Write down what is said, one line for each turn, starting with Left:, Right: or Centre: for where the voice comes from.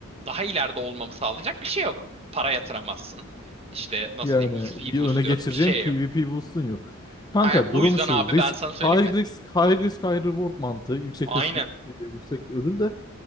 Right: daha ileride olmamı sağlayacak bir şey yok. Para yatıramazsın. İşte nasıl
Left: Yani
Right: diyeyim XP
Left: öne
Right: boost
Left: geçireceğim
Right: yok bir şey
Left: PvP
Right: yok.
Left: boost'un yok. Kanka
Right: Ha, o
Left: durum
Right: yüzden
Left: şu.
Right: abi
Left: Risk,
Right: ben sana söyleyeyim
Left: high
Right: mi?
Left: risk, high risk, high reward mantığı. Yüksek
Right: Aynen.
Left: risk, e, yüksek ödül de.